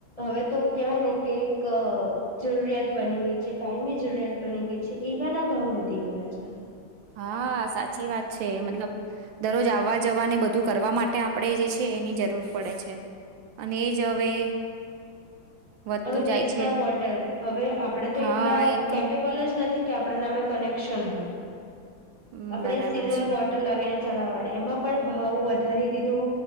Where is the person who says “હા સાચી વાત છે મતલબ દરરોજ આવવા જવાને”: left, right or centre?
Right